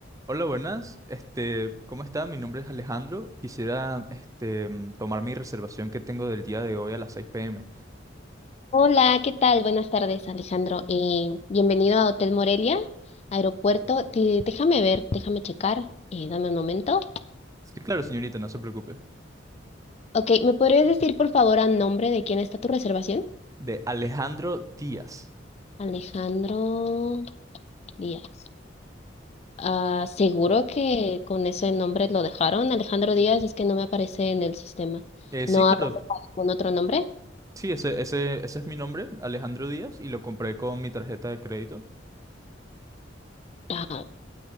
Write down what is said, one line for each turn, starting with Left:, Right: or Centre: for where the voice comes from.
Right: Hola, buenas. Este, ¿cómo está? Mi nombre es Alejandro. Quisiera, este, mm, tomar mi reservación que tengo del día de hoy a las 6 p.m.
Left: Hola, ¿qué tal? Buenas tardes, Alejandro. Eh, bienvenido a Hotel Morelia, aeropuerto. Te- déjame ver, déjame checar. eh, dame un momento.
Right: Sí, claro, señorita, no se preocupe.
Left: Ok, ¿me podrías decir por favor a nombre de quién está tu reservación?
Right: De Alejandro Díaz.
Left: Alejandro Díaz. Ah, seguro que con ese nombre lo dejaron. Alejandro Díaz es que no me aparece en el sistema.
Right: Eh,
Left: ¿No
Right: sí, claro.
Left: habrá dejado algún otro nombre?
Right: Sí, ese, ese, ese es mi nombre, Alejandro Díaz, y lo compré con mi tarjeta de crédito.
Left: Ah,